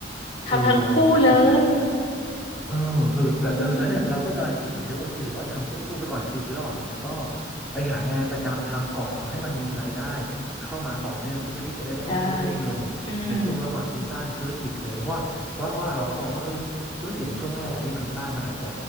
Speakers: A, in the centre; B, on the left (about 30°).
A: เออเราเราคิดและ
B: ทำทั้งคู่เลย
A: เออคือแต่เออแตอนเนี้ยเราก็กำลังคิดเหมือนเธอโอเคหรือว่าทำควบคู่ไปก่อนคือระหว่างเนี้ยก็
B: อืม
A: ไปหางานประจำทำก่อนเนาะให้มันมีรายได้เข้ามาต่อเนื่องเพื่อที่จะได้ไม่ต้องเครียดเรื่องเงินในช่วงระหว่างที่สร้างธุรกิจอะไรเงี้ยเพราะว่าเพราะว่าเราก็มองว่าเออธุรกิจในช่วงแรกอะที่มันสร้างมันอาจจะ
B: ได้อืม